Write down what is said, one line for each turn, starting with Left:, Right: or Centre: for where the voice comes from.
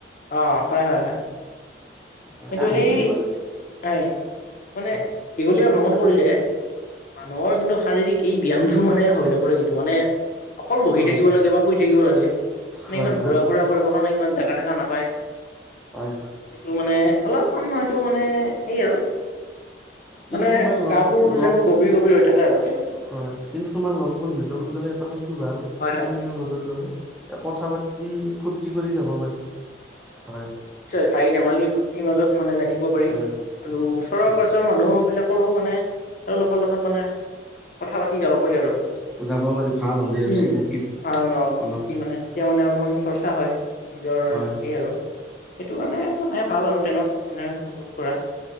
Left: অঁ হয়, হয়, হয়।
Centre: হয়
Left: কিন্তু
Centre: আজিকালি
Left: সেই
Centre: মানে
Left: হয় মানে
Centre: হয়
Left: দীঘলীয়া ভ্ৰমণ কৰিলে- মানুহৰ কিন্তু শাৰীৰিক এই ব্যায়ামটো মানে হৈ নপৰে কিন্তু মানে- অকল বহি
Centre: অ'
Left: থাকিব
Centre: হয়,
Left: লাগে বা শুই থাকিব লাগে মানে
Centre: হয়,
Left: ইমান
Centre: হয়,
Left: ঘূৰা ফুৰা কৰিবৰ কাৰণে ইমান জেগা থেকা নাপায়।
Centre: হয়, হয়।
Left: সেইটো মানে অলপ মান সেইটো মানে সেই আৰু।
Centre: কিন্তু
Left: মানে
Centre: তোমাৰ লগ
Left: গা বোৰ
Centre: লগ
Left: যেন গভীৰ গভীৰ হৈ থাকে আৰু সেনেকুৱা।
Centre: হয় কিন্তু তোমাৰ লগ বন্ধুৰ লগত গ'লে এটা বস্তু ভাল,
Left: হয়
Centre: সমনিয়াৰ
Left: হয়
Centre: লগত গ'লে- এহ কথা পাতি ফূৰ্তি কৰি যাব পাৰি, হয়।
Left: হাঁহি ধেমালিৰ ফূৰ্তিৰ মাজত মানে যাই থাকিব পাৰি।
Centre: হয়
Left: আৰু ওচৰৰ
Centre: হয়,
Left: পাজৰৰ মানুহ বিলাকৰো মানে তেওঁলোকৰ লগত মানে- কথা পাতি যাব পাৰি আৰু,
Centre: যাব পাৰি ভাল হ'লে আৰু
Left: উম
Centre: চিনাকি
Left: ভাল ন
Centre: অলপ
Left: কি কি মানে- তেতিয়া মানে অলপমান চৰ্চা হয় নিজৰ
Centre: হয়
Left: এই আৰু। সেইটো কাৰণে মানে ভাল আৰু ট্ৰেইনত মানে উপভোগ কৰা।